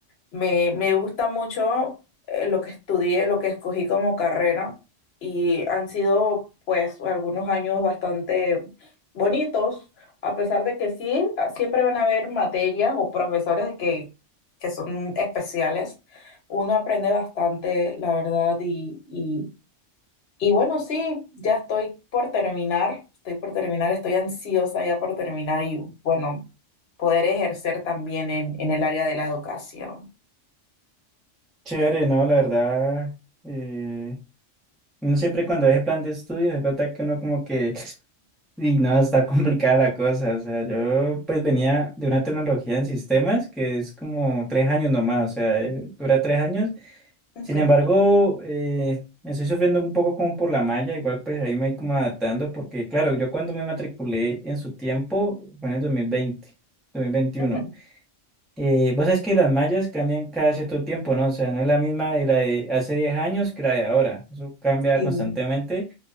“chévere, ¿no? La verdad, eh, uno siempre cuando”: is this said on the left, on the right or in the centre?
Centre